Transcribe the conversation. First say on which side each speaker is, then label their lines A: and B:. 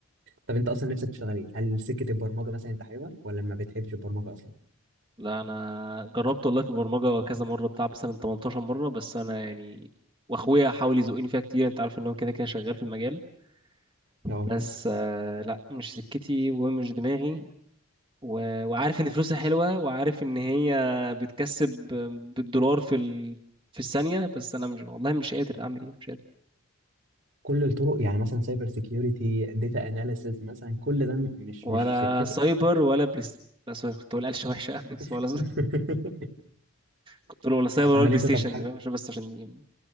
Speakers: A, on the right (about 55°); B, on the right (about 25°).
A: طب انت اصلا نفسك تشتغل ايه هل سكة البرمجة مثلا انت حاببها ولا ما بتحبش البرمجة اصلا
B: لا انا جربت والله في البرمجه كذا مره بتاع مثلا 18 مره بس انا يعني واخويا حاول يزقني فيها كتير انت عارف ان هو كده كده شغال في المجال بس
A: لا
B: آه لا مش سكتي ومش دماغي و... وعارف ان فلوسها حلوه وعارف ان هي بتكسب بالدولار في ال... في الثانيه بس انا مش والله مش قادر اعمل ايه مش قادر
A: كل الطرق يعني مثلا سايبر سيكيورتي داتا اناليسز مثلا كل ده م- مش
B: ولا
A: مش سكتك
B: سايبر ولا بلاي ستيشن لا سوري كنت بقول قلشه وحشه أوي. <laughs> ولا
A: <laughs>
B: كنت بقول ولا سايبر
A: امال
B: ولا بلاي
A: انت
B: ستيشن
A: طب حابب
B: فاهم؟ عشان بس عشان ايه